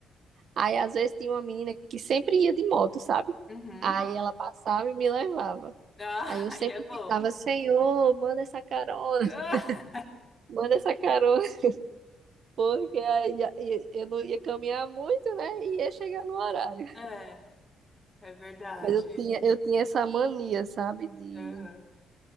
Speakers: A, on the right (about 60°); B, on the left (about 15°).
A: Aí às vezes tinha uma menina que sempre ia de moto, sabe?
B: Uhum.
A: Aí ela passava e me levava.
B: Ah,
A: Aí
B: <laughs>
A: eu sempre
B: aí é bom.
A: ficava, Senhor, manda essa carona,
B: <laughs>
A: <laughs> manda essa carona, <laughs> porque aí a- e- eu não ia caminhar muito, né? E ia chegar no horário.
B: Ah, é, é verdade.
A: Mas eu tinha, eu tinha essa mania, sabe? De,
B: Aham.